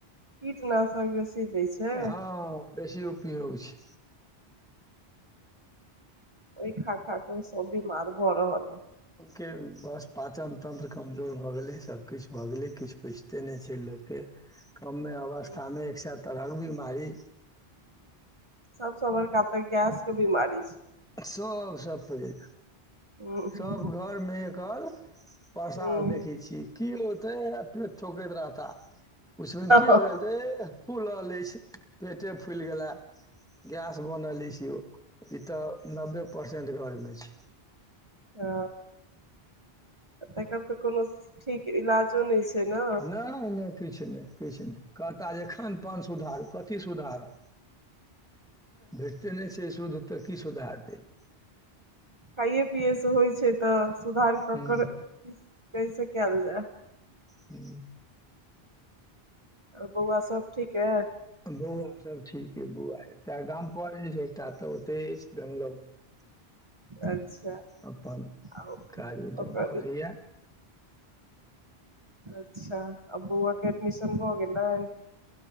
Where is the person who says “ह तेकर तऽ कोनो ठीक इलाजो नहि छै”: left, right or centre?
Right